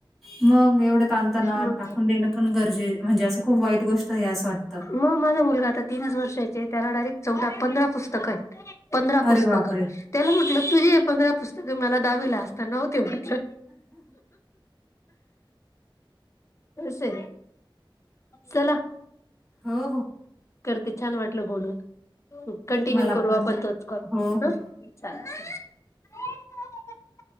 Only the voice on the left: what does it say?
मग
मग माझा मुलगा आता तीनच वर्षाचे त्याला डायरेक्ट चौदा पंधरा पुस्तकं आहेत पंधरा
पुस्तकं
त्याला म्हटलं तुझी हे पंधरा पुस्तकं मला दावी ला असताना्ह ते म्ह स चला
करते छान वाटलं बोलून कंटिन्यू
करू
आपण तोच कॉल
ह
चाल <unintelligible>